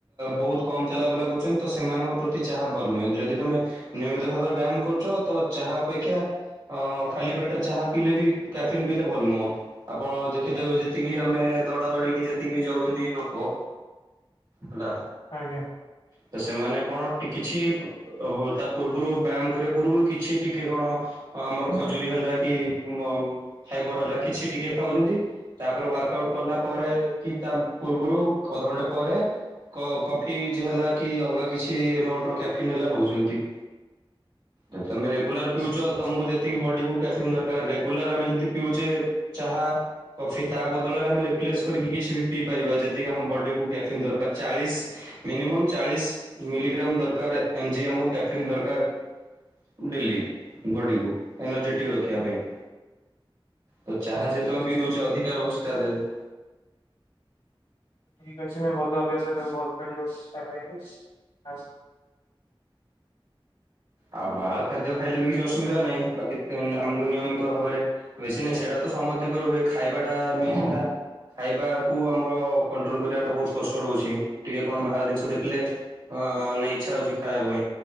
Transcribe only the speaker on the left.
ଆଜ୍ଞା।
ଆଚ୍ଛା ଆଚ୍ଛା
ନିଶ୍ଚୟ
ନିଶ୍ଚୟ
ଠିକ୍ ଅଛି ମୁଁ ଭଦ ଅଭ୍ୟାସଟାକୁ ବନ୍ଦ କରିବାକୁ ଚେଷ୍ଟା କରିବି ଆ